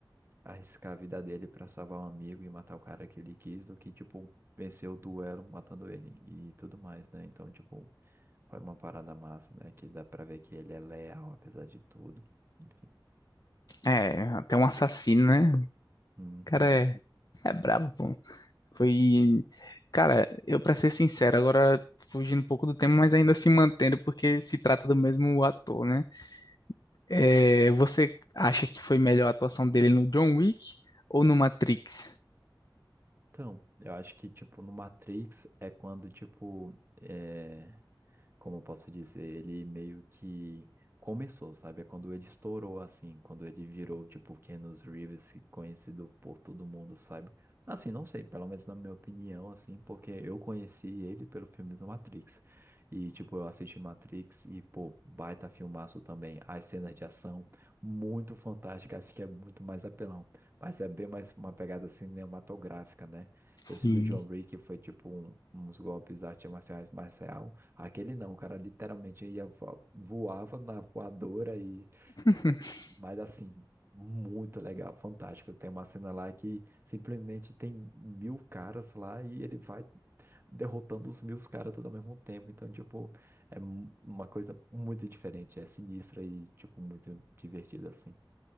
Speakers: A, on the right; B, on the left.
A: arriscar a vida dele pra salvar um amigo e matar o cara que ele quis do que, tipo, vencer o duelo matando ele e tudo mais, né? Então, tipo, foi uma parada massa, né? Que dá pra ver que ele é leal, apesar de tudo. Enfim.
B: É, até um assassino, né? O
A: Uhum.
B: cara é, é brabo, pô. Foi. Cara, eu pra ser sincero, agora fugindo um pouco do tema, mas ainda se mantendo, porque se trata do mesmo ator, né? É, você acha que foi melhor a atuação dele no John Wick ou no Matrix?
A: Então, eu acho que, tipo, no Matrix é quando, tipo, é... como eu posso dizer, ele meio que começou, sabe? É quando ele estourou, assim, quando ele virou, tipo, Keanu Reeves, conhecido por todo mundo, sabe? Assim, não sei, pelo menos na minha opinião, assim, porque eu conheci ele pelo filme do Matrix. E, tipo, eu assisti Matrix e, pô, baita filmaço também. As cenas de ação, muito fantásticas, acho que é muito mais apelão. Mas é bem mais uma pegada cinematográfica, né?
B: Sim.
A: Esse do John Wick foi tipo um- uns golpes de artes marciais mais real. Aquele não, o cara literalmente ia vo- voava na voadora e,
B: <laughs>
A: e- mas assim, muito legal, fantástico. Tem uma cena lá que simplesmente tem mil caras lá e ele vai derrotando os mil caras tudo ao mesmo tempo. Então, tipo, é mu- uma coisa muito diferente, é sinistra e tipo muito divertida assim.